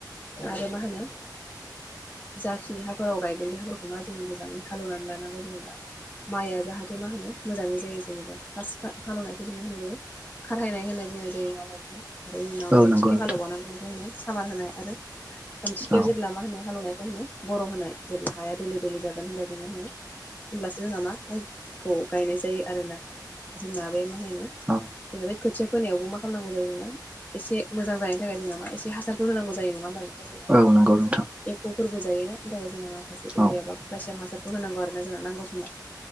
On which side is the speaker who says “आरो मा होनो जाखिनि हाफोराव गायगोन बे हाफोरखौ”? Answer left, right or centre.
Left